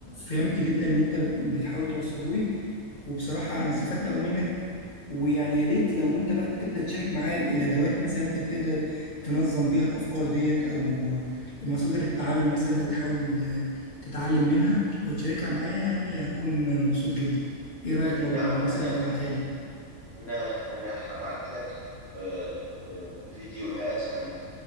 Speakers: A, on the left (about 35°); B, on the left (about 80°).
A: فهمت جدا ان انت بتحاول توصله لي وبصراحه انا استفدت قوي منك ويعني يا ريت لو انت بقى تبدا تشارك معاه ال- الادوات مثلا انت بتقدر تنظم بيها الافكار ديت او مصادر التعلم مثلا انت بتحاول آه، تتعلم منها لو تشاركها معايا يعني هكون مبسوط جدا ايه رايك
B: نعم
A: لو مثلا
B: أنا
A: تبعتها لي
B: أنا أنا حبعت لك آه، آه، فيديوهات عن